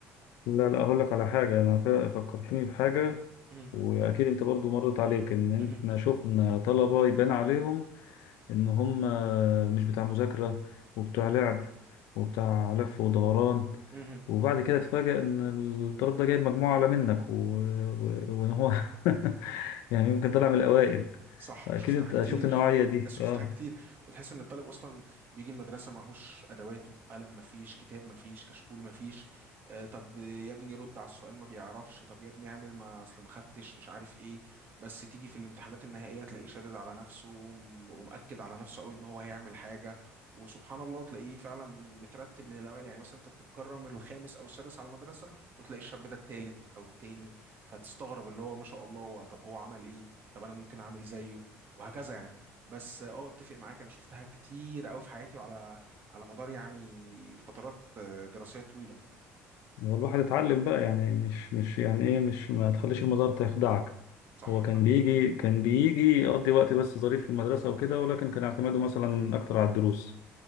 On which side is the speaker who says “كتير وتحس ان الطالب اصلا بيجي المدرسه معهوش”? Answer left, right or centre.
Right